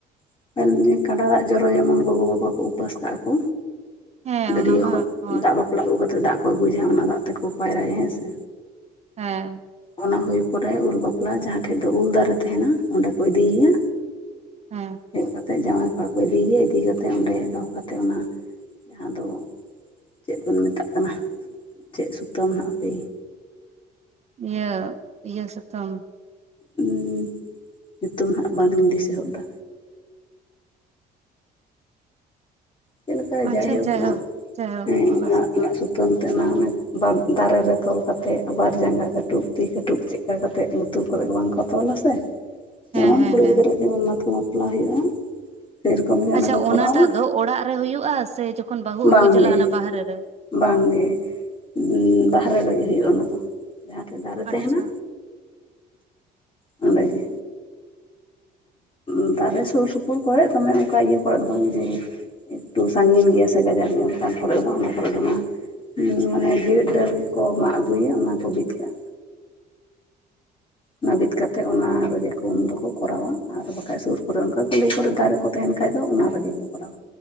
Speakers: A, on the left; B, on the right.
A: <inaudible> ᱠᱟᱸᱰᱟ ᱫᱟᱜ ᱡᱚ ᱚᱭ ᱡᱮᱚᱱ ᱜᱚᱜᱚ ᱵᱟᱵᱟ ᱠᱚ ᱩᱯᱟᱹᱥ ᱠᱟᱜᱼᱟ ᱠᱚ
B: ᱦᱮᱸ
A: ᱜᱟᱹᱰᱭᱟᱹ
B: ᱚᱱᱟ ᱢᱟ
A: ᱠᱷᱚᱡ
B: ᱦᱳᱭ
A: ᱫᱟᱜ ᱵᱟ ᱲᱟᱜ ᱟᱹᱜᱩ ᱠᱟᱛᱮᱜ ᱫᱟᱜ ᱠᱚ ᱟᱹᱜᱩᱡᱟ ᱚᱱᱟ ᱫᱟᱜ ᱛᱮᱠᱚ ᱯᱟᱭᱨᱟᱭᱟ ᱦᱮᱸ ᱥᱮ᱾
B: ᱦᱮᱸ
A: ᱚᱱᱟ ᱦᱩᱭ ᱯᱚᱨᱮ ᱩᱞ ᱵᱟᱯᱞᱟ ᱡᱟᱦᱟᱸᱴᱷᱮᱡ ᱫᱚ ᱩᱞ ᱫᱟᱨᱮ ᱛᱟᱦᱮᱱᱟ ᱚᱸᱰᱮ ᱠᱚ ᱤᱫᱤᱭᱭᱟ
B: ᱦᱮᱸ
A: ᱦᱳᱭᱳᱜ ᱠᱟᱛᱮᱜ ᱡᱟᱶᱟᱭ ᱠᱚᱣᱟ ᱠᱚ ᱤᱫᱤᱭᱭᱟ ᱤᱫᱤ ᱠᱟᱛᱮᱜ ᱚᱸᱰᱮ ᱫᱚᱦᱚ ᱠᱟᱛᱮᱜ ᱚᱱᱟ ᱡᱟᱦᱟᱸ ᱫᱚ ᱪᱮᱫ ᱵᱚᱱ ᱢᱮᱛᱟᱜ ᱠᱟᱱᱟ? ᱪᱮᱫ ᱥᱩᱛᱟᱹᱢ ᱦᱟᱜ ᱦᱟᱯᱮ
B: ᱤᱭᱟᱹ ᱤᱭᱟᱹ ᱥᱩᱛᱟᱹᱢ
A: ᱩᱸ ᱧᱩᱛᱩᱢ ᱦᱟᱸᱜ ᱵᱟᱝᱞᱤᱧ ᱫᱤᱥᱟᱹ ᱦᱚᱫᱼᱫᱟ᱾ ᱪᱮᱜ ᱞᱮᱠᱟ
B: ᱟᱪᱪᱷᱟ
A: ᱡᱟᱭᱦᱳᱠ ᱚᱱᱟ
B: ᱡᱟᱭᱦᱳᱠ
A: ᱦᱮᱸ ᱚᱱᱟ
B: ᱥᱟᱛᱟᱢ
A: ᱚᱱᱟ ᱥᱩ ᱛᱟᱹᱢ ᱛᱮ ᱚᱱᱟ ᱚᱱᱮ ᱵᱟ ᱫᱟᱨᱮ ᱨᱮ ᱛᱚᱞ ᱠᱟᱛᱮᱜ ᱟᱵᱟᱨ ᱡᱟᱸᱜᱟ ᱠᱟᱹᱴᱩᱵ ᱛᱤ ᱠᱟᱹᱴᱩᱵ ᱪᱮᱜ ᱠᱟ ᱠᱟᱛᱮᱜ ᱞᱩᱛᱩᱨ ᱠᱚᱨᱮᱜ ᱜᱮ ᱵᱟᱝᱠᱚ ᱛᱚᱞᱟ ᱥᱮ
B: ᱦᱮᱸ
A: ᱡᱮᱢᱚᱱ
B: ᱦᱮᱸ
A: ᱠᱩᱲᱤ
B: ᱦᱮᱸ
A: ᱜᱤᱫᱽᱨᱟᱹᱣᱟᱜ ᱡᱮᱢᱚᱱ ᱢᱟᱛᱠᱚᱢ ᱵᱟᱯᱞᱟ ᱦᱩᱭᱩᱜᱼᱟ ᱥᱮᱨᱚᱠᱚᱢ ᱜᱮ ᱚᱱᱟ
B: ᱟᱪᱪᱷᱟ
A: ᱠᱚ ᱠᱚᱨᱟᱣᱟ
B: ᱚᱱᱟᱴᱟᱜ ᱫᱚ ᱚᱲᱟᱜ ᱨᱮ ᱦᱩᱭᱩᱜᱼᱟ ᱥᱮ ᱡᱚᱠᱷᱚᱱ ᱵᱟᱹᱦᱩ ᱟᱹᱜᱩ
A: ᱵᱟᱝᱜᱮ
B: ᱪᱟᱞᱟᱜ ᱚᱱᱟ ᱵᱟᱦᱨᱮ ᱨᱮ?
A: ᱵᱟᱝᱜᱮ ᱩᱸ ᱵᱟᱦᱨᱮ ᱨᱮᱜᱮ ᱦᱩᱭᱩᱜᱼᱟ ᱚᱱᱟ ᱫᱚ, ᱡᱟᱦᱟᱸᱴᱷᱮᱜ ᱫᱟᱨᱮ ᱛᱟᱦᱮᱱᱟ
B: ᱟᱪᱪᱷᱟ
A: ᱚᱸᱰᱮ ᱜᱮ᱾ ᱟᱨ ᱫᱟᱨᱮ ᱥᱩᱨ ᱥᱩᱯᱩᱨ ᱠᱚᱨᱮᱡ ᱫᱚᱢᱮ ᱚᱝᱠᱟ ᱤᱭᱟᱹ ᱠᱚᱨᱮᱫ ᱫᱚ ᱵᱟᱝ ᱡᱮ ᱮᱠᱴᱩ ᱥᱟᱺᱜᱤᱧ ᱜᱮᱭᱟ ᱥᱮ ᱜᱟᱡᱟᱲ ᱜᱮᱭᱟ ᱚᱝᱠᱟᱱ ᱠᱚᱨᱮᱡ ᱫᱚ ᱵᱟᱝ ᱚᱱᱟ ᱠᱚᱨᱮ ᱫᱚ ᱢᱟ ᱦᱩᱸ ᱢᱟᱱᱮ ᱡᱮᱣᱮᱫ ᱰᱟᱹᱨ ᱜᱮᱠᱚ ᱢᱟᱜ ᱟᱹᱜᱩᱭᱟ ᱚᱱᱟ ᱠᱚ ᱵᱤᱫ ᱠᱟᱜᱼᱟ᱾ ᱚᱱᱟ ᱵᱤᱫ ᱠᱟᱛᱮᱫ ᱚᱱᱟ ᱨᱮᱜᱮ ᱠᱚ ᱩᱱ ᱫᱚᱠᱚ ᱠᱚᱨᱟᱣᱟ ᱟᱨ ᱵᱟᱠᱷᱟᱡ ᱥᱩᱨ ᱠᱚᱨᱮ ᱚᱝᱠᱟ ᱠᱩᱞᱦᱤ ᱠᱚᱨᱮ ᱫᱟᱨᱮ ᱠᱚ ᱛᱟᱦᱮᱱ ᱠᱷᱟᱡ ᱫᱚ ᱚᱱᱟ ᱨᱮᱜᱮ ᱠᱚ ᱠᱚᱨᱟᱣᱟ,